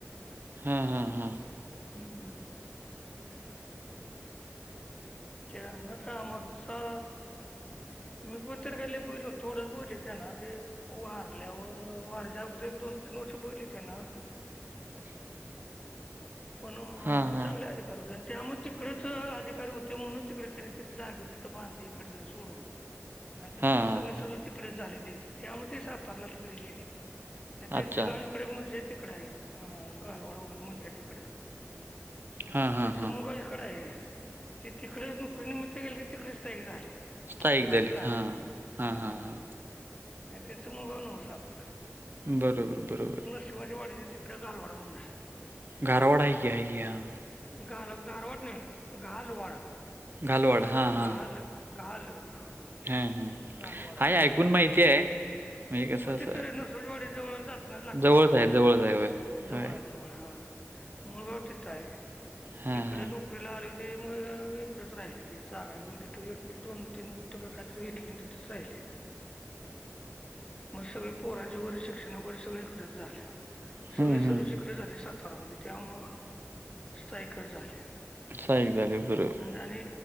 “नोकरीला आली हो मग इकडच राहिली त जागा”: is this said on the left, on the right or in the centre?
Left